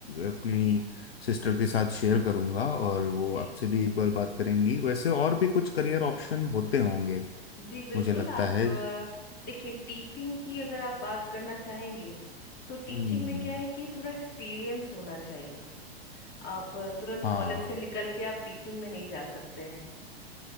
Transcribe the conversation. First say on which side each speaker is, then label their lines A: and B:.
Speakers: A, on the left (about 70°); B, on the left (about 30°).
A: अपनी सिस्टर के साथ शेयर करूंगा और वो
B: जी
A: आपसे भी एक बार बात करेंगी वैसे और भी कुछ करियर ऑप्शन होते होंगे
B: जी बिल्कुल
A: मुझे लगता
B: आप
A: है
B: अ, देखिए टीचिंग की अगर आप बात करना चाहेंगे तो टीचिंग
A: हम्म
B: में क्या है कि थोड़ा एक्सपीरियंस होना चाहिए आप अ, तुरंत
A: हाँ
B: कॉलेज से निकल के आप टीचिंग में नहीं जा सकते हैं